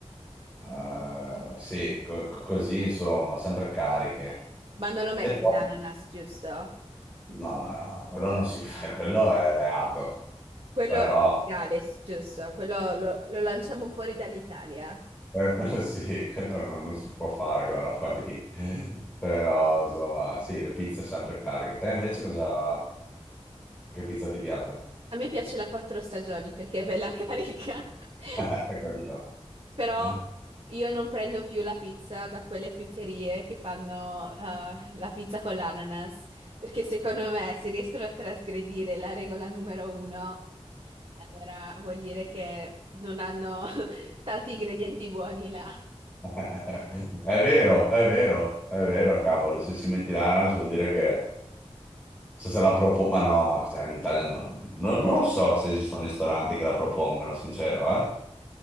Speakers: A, on the left; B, on the right.
A: Eh, sì, co- co- così insomma, sempre cariche.
B: Ma non lo
A: E
B: metti
A: poi,
B: l'ananas, giusto?
A: no, no, no, quello non si fa, <laughs> quello è reato,
B: Quello
A: però
B: è il Galles, giusto? Quello lo, lo lanciamo fuori dall'Italia.
A: eh, quello <laughs> sì, quello non, non si può fare quella roba lì. Però insomma, sì, le pizze sempre cariche. Te invece cosa, che pizza ti piace?
B: A me piace la quattro stagioni perché è bella carica. <laughs>
A: <laughs> Hai capito?
B: Però
A: <laughs>
B: io non prendo più la pizza da quelle pizzerie che fanno eh, la pizza con l'ananas, perché secondo me se riescono a trasgredire la regola numero uno, allora vuol dire che non hanno <laughs> tanti ingredienti buoni là.
A: <laughs> È vero, è vero, è vero, cavolo, se ci metti l'ananas vuol dire che... So se la propongo, ma no, ma cioè, in Italia no- no- non lo so se esistono ristoranti che la propongono, sincero, eh?